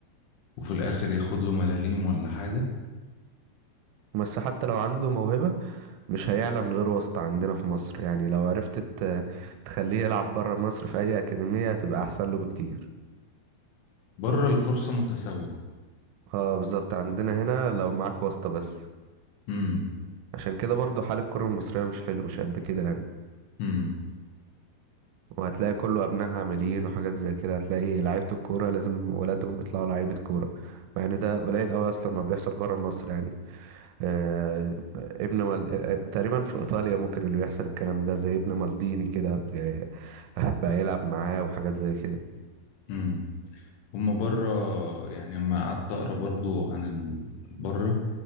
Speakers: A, on the left; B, on the right.
A: وفي الاخر ياخد له ملاليم ولا حاجة
B: بس حتى لو عنده موهبة مش هيعلى من غير واسطة عندنا في مصر يعني لو عرفت ت- تخليه يلعب بره مصر في اي اكاديمية هتبقى احسن له بكتير
A: بره الفرصة متساوية
B: اه بالظبط عندنا هنا لو معاك واسطة بس
A: امم
B: عشان كده برضو حال الكرة المصرية مش حلو مش قد كده يعني
A: امم
B: وهتلاقي كله أبنائها عاملين وحاجات زي كده هتلاقي لعيبة الكورة لازم ولادهم يطلعوا لعيبة كورة مع إن ده قليل أوي أصلا ما بيحصل برا مصر يعني آه ابن مال... آه، آه، تقريبا في إيطاليا ممكن اللي بيحصل الكلام ده زي ابن مالديني كده بي- بقى يلعب معاه وحاجات زي كده
A: امم هما بره يعني لما قعدت اقرا برضو عن ال... بره